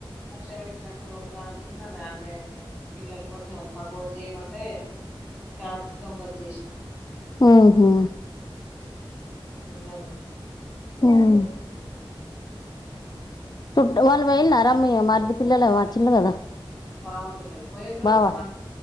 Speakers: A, on the left (about 20°); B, on the left (about 45°).
A: వర్షం వెలిచినాక దోముదమనుకున్నా అవి అన్నే ఉన్నాయి పిల్లలు కొంచెం పకోడి చేయమంటే క్యాప్సికం బజ్జి చేసినా
B: మ్ హు
A: తిన్నరు
B: మ్ చుట్ వాళ్ళు పోయిళ్ళర మీ మరిది పిల్లలు వచ్చిల్లు కదా
A: బావ పిల్లలు పోయిర్రు
B: బావ
A: అంటి